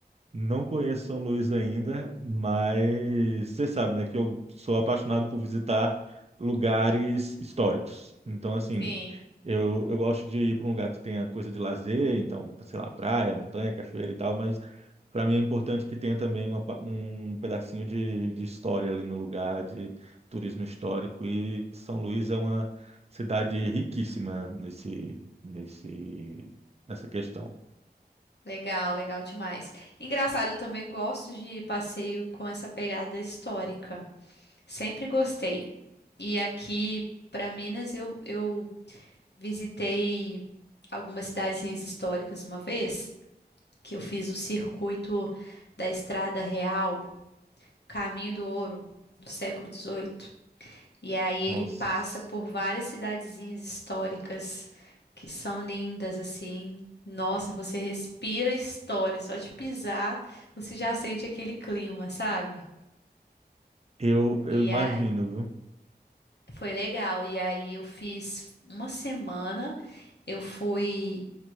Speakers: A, on the right; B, on the left.
A: Não conheço São Luís ainda, mas você sabe, né, que eu sou apaixonado por visitar lugares históricos. Então, assim,
B: Sim,
A: eu, eu gosto de ir para um lugar que tenha coisa de lazer, então, sei lá, praia, montanha, cachoeira e tal, mas para mim é importante que tenha também uma pa- um pedacinho de, de história ali no lugar, de turismo histórico. E São Luís é uma cidade riquíssima nesse, nesse, nessa questão.
B: legal, legal demais. Engraçado, eu também gosto de passeio com essa pegada histórica. Sempre gostei. E aqui para Minas eu, eu visitei algumas cidadezinhas históricas uma vez, que eu fiz o circuito da Estrada Real, Caminho do Ouro, do século XVIII. E aí ele
A: Nossa.
B: passa por várias cidadezinhas históricas que são lindas assim. Nossa, você respira história, só de pisar você já sente aquele clima, sabe?
A: Eu, eu
B: E
A: imagino,
B: aí
A: viu?
B: foi legal. E aí eu fiz uma semana, eu fui